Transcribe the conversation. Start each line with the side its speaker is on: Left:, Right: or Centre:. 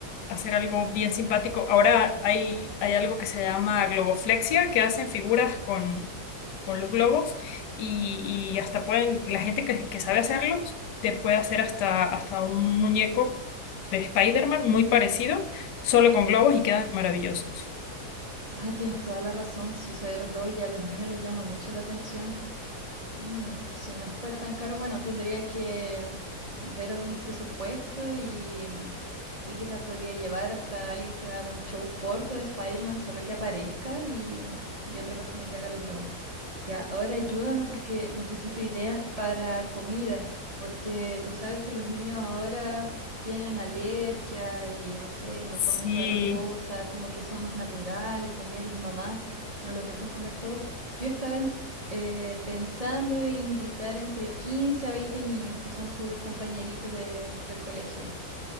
Left: hacer algo bien simpático. Ahora hay, hay algo que se llama globoflexia, que hacen figuras con, con los globos y, y hasta pueden, la gente que, que sabe hacerlos, te puede hacer hasta, hasta un muñeco de Spider-Man muy parecido, solo con globos y quedan maravillosos.
Right: Ay, tienes toda la razón, si eso de los globos ya a los niños les llama mucho la atención. Mm, si no fuera tan caro, bueno, tendría que ver algunos presupuestos y, y quizás podría llevar hasta alguien que me haga un show corto de Spider-Man, solo que aparezca y, y otra persona que haga los globos. Ya, ahora ayúdame porque necesito ideas para comida, porque tú sabes que los niños ahora tienen alergia y no sé, no
Left: Sí,
Right: comen todas las cosas, como que son más naturales también, las mamás no los dejan comer todo. Yo estaba en- eh, pensando en invitar entre 15 a 20 niños que son sus compañeritos de- del colegio.